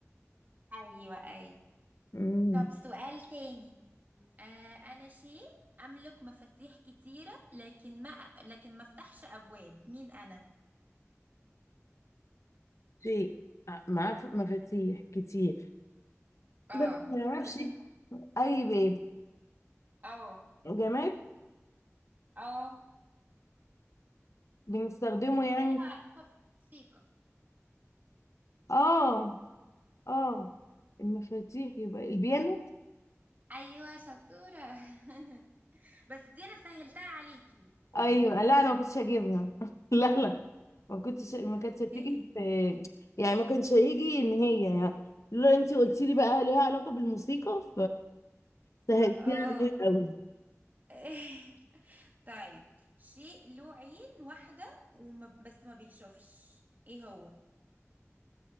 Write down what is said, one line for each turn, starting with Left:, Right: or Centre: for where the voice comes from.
Right: <laughs> ايوه ايوه
Left: امم
Right: طب سؤال تاني آه انا شيء املك مفاتيح كتيره لكن ما لكن ما افتحش ابواب مين انا
Left: وشيء معاه ف- مفاتيح كتير
Right: اه
Left: بس ما نعرفش
Right: بس م-
Left: اي باب
Right: اه
Left: جماد
Right: اه
Left: بنستخدمه يعني
Right: هي ليها علاقة بالموسيقى
Left: اه اه المفاتيح يبقى البيانو
Right: ايوه شطورة <laughs> بس دي انا سهلتها عليكي
Left: ايوه لا انا ما كنتش هجيبها <laughs> لا لا ما كنتش ما
Right: م-
Left: كانتش هتيجي في يعني ما كانش هيجي ان هي يعني لو انت قلتي لي بقى ليها علاقه بالموسيقى سهلتيها
Right: اه
Left: عليك قوي
Right: <laughs> طيب شيء له عين واحدة وما بس ما بيشوفش ايه هو